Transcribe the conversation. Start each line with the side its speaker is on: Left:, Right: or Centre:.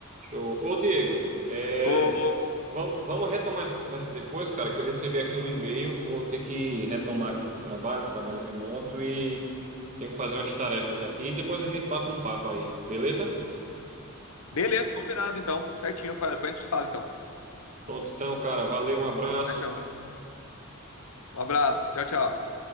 Right: show. Ô, Diego, é,
Left: O,
Right: vamos, vamos retomar essa conversa depois, cara, que eu recebi aqui um e-mail, vou ter que retomar aqui pro trabalho, trabalho remoto, e tenho que fazer umas tarefas aqui, e depois a gente bate um papo aí, beleza?
Left: beleza, combinado então, certinho, depois a gente falar então.
Right: Pronto, então, cara, valeu, um abraço.
Left: Certinho, um abraço, tchau, tchau.